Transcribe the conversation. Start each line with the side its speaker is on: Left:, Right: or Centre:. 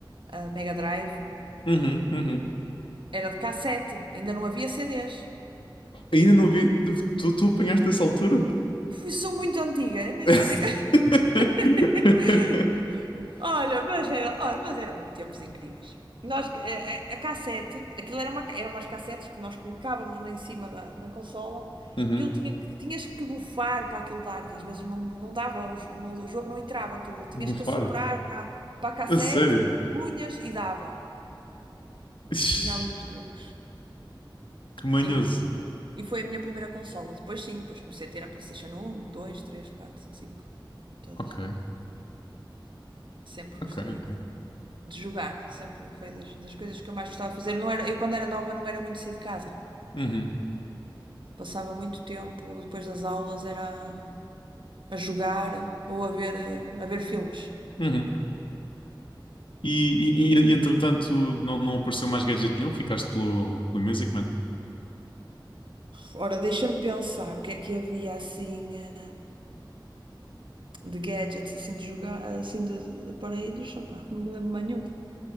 Right: a Mega Drive.
Left: Uhum, uhum.
Right: Era de cassete, ainda não havia CDs.
Left: Ainda não vi. Tu, tu apanhaste essa altura?
Right: Fui, sou muito antiga. eu nem-
Left: <laughs>
Right: nem- <laughs> Olha, mas era, olha, mas eram tempos incríveis. Nós, a, a- a cassete, aquilo era uma, eram umas cassetes que nós colocávamos na, em cima da na consola,
Left: Uhum.
Right: que ele tinha, que- tinhas que bufar para aquilo dar, que às vezes não, não dava, o, jo- não- o jogo não entrava, tu tinhas
Left: Bufar?
Right: que soprar para, para a cassete,
Left: A sério?
Right: punhas e dava.
Left: Ixi,
Right: Tinha ali uns truques.
Left: Que manhoso.
Right: E, e foi a minha primeira consola. Depois sim, depois comecei a ter a PlayStation um, 2, 3, 4, 5, todas.
Left: Ok,
Right: Sempre
Left: ok,
Right: gostei
Left: ok.
Right: De jogar, sempre foi das, das coisas que eu mais gostava de fazer. Não era, eu, quando era nova, não era muito sair de casa.
Left: Uhum,
Right: Passava muito tempo, depois das aulas, era a jogar ou a ver, eh, a ver filmes.
Left: uhum. E, e, e, entretanto não, não apareceu mais gadget nenhum, ficaste pelo, pelo Music Man.
Right: Ora, deixa-me pensar o que é que havia assim eh, de gadgets, assim de jogar, assim de, de aparelhos. Opá, não me lembro mais nenhum.